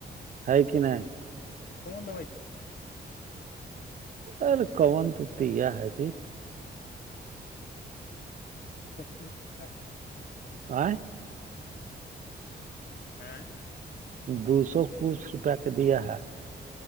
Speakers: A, on the right (about 45°); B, on the left (about 65°).
A: ہے کہ نہیں
B: اں کومن دبائی چ-
A: ار کون تیا آ جیت-
B: سپنا ہاں-
A: <unintelligible>
B: ہاں
A: دو سو کچھ روپیہ کا دیا ہے-